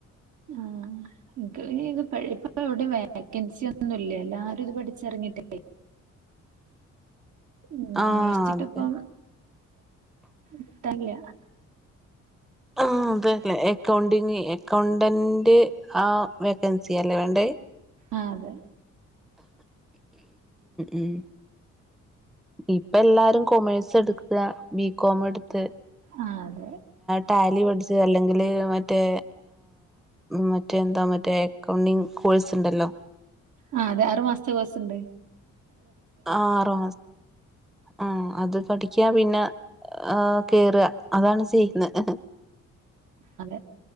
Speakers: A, on the right; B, in the centre.
A: ആ ഇത് ഇപ്പ ഇവിടെ വേക്കൻസി ഒന്നുംല്ല എല്ലാരും ഇത് പഠിച്ചറങ്ങിട്ടേ ഉം
B: ആഹ്
A: അന്വേഷിച്ചിട്ടും
B: അതെ
A: ഇപ്പം കിട്ടാനില്ല
B: അതല്ലേ അക്കൗണ്ടിങ് അക്കൗണ്ടന്റ് ആ വേക്കൻസി അല്ലേ വേണ്ടത്
A: ആ അതെ
B: ഉം ഇപ്പ എല്ലാരും കൊമേഴ്സ് എടുക്കുക ബി കോംഎടുത്ത്
A: ആ അതെ
B: ടാലി പഠിച്ച അല്ലെങ്കില് മറ്റേ മറ്റേ എന്താ മറ്റേ അക്കൗണ്ടിങ് കോഴ്സ് ഉണ്ടല്ലോ
A: ആ അതെ ആറു മാസത്തെ കോഴ്സുണ്ട്
B: ആഹ് ആറു ആ അത് പഠിക്കാ പിന്നെ ആഹ് കേറുക അതാണ് ചെയ്യുന്നത്
A: അതെ